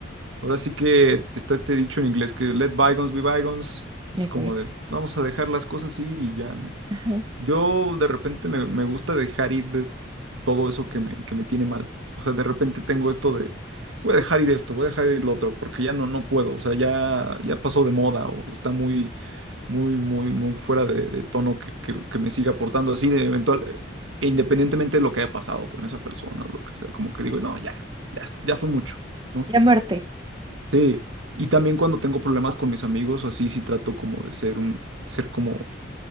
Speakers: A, on the right; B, on the right.
A: ahora sí que está este dicho en inglés que let bygones be bygones, es
B: Ok.
A: como de, vamos a dejar las cosas ir y ya, ¿no?
B: Ajá.
A: Yo de repente me, me gusta dejar ir de todo eso que me, que me tiene mal. O sea, de repente tengo esto de, voy a dejar ir esto, voy a dejar ir lo otro, porque ya no, no puedo. O sea, ya, ya pasó de moda o está muy, muy, muy, muy fuera de, de tono que, que, que me siga aportando así de eventual, e independientemente de lo que haya pasado con esa persona o lo que sea, como que digo, no, ya, ya, ya fue mucho, ¿no?
B: Ya muerte.
A: Sí. Y también cuando tengo problemas con mis amigos o así, sí trato como de ser un, ser como...